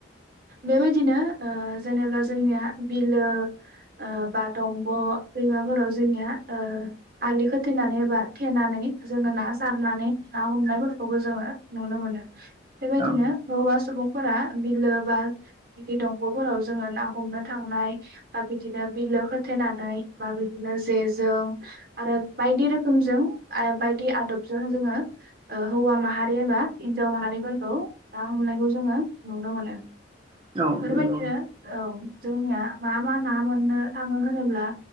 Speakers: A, on the right; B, on the right.
A: बेबायदिनो ओ जेनेबा जोंनिया बिलो ओ बा दं अ दैमाफोराव जोंनिया ओ आलि खोथेनानै एबा थेनानै जोङो ना जारनानै ना हमनायफोरखौबो जोङो नुनो मोनो। बेबायदिनो
B: औ
A: हौवा सुबुं फोरा बिलो बा बिदि दंगफोराव जोङं ना हमनो थांनाय बा बिदिनो बि होथेनानै बा बिदिनो जे जों आरो बायदि रोखोमजों बायदि आदबजों जोङो ओ हौवा माहारि एबा हिन्जाव माहारिफोरखौ ना हमनायखौ जोङो नुनो मोनो
B: औ
A: बेफोरबायदिनो
B: नंगौ
A: औ जोंनिया मा मा ना मोननो थाङो होनोब्ला